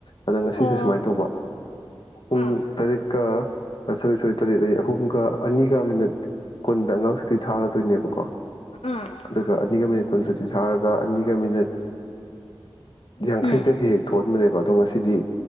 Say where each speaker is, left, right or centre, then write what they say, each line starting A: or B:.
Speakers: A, on the left; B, on the left.
A: ꯑꯗ ꯉꯁꯤꯁꯨ
B: ꯑꯣ
A: ꯁꯨꯃꯥꯏꯅ ꯇꯧꯕ ꯄꯨꯡ
B: ꯑꯥ
A: ꯇꯔꯦꯛꯀ ꯑꯁꯣꯏ ꯑꯁꯣꯏ ꯇꯔꯦꯠ ꯑ ꯑꯍꯨꯝꯒ ꯑꯅꯤꯒ ꯃꯤꯅꯠ ꯀꯨꯟꯗ ꯑꯉꯥꯡ ꯁꯨꯇꯤ ꯊꯥꯔꯗꯣꯏꯅꯦꯕꯀꯣ
B: ꯑꯥ
A: ꯑꯗꯨꯒ ꯑꯅꯤꯒ ꯃꯤꯅꯤꯠ ꯀꯨꯟ ꯁꯨꯇꯤ ꯊꯥꯔꯒ ꯑꯅꯤꯒ ꯃꯤꯅꯤꯠ ꯌꯥꯡꯈꯩꯗ
B: ꯎꯝ
A: ꯍꯦꯛ ꯍꯦꯛ ꯊꯣꯛꯍꯟꯕꯅꯦꯕ ꯑꯗꯣ ꯉꯁꯤꯗꯤ